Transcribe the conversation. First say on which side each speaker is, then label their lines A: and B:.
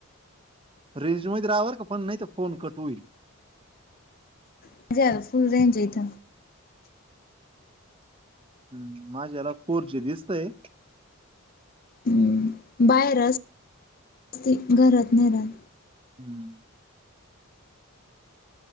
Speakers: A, on the right (about 25°); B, on the left (about 40°).
A: रेंजमध्ये रहा बरं का पण नाही तर फोन कट होईल.
B: <unintelligible> फुल रेंज आहे ईथ
A: हम माझ्या याला फोर जी दिसतंय.
B: हम्म बाहेर अस असती घरात नाही राहत
A: हम्म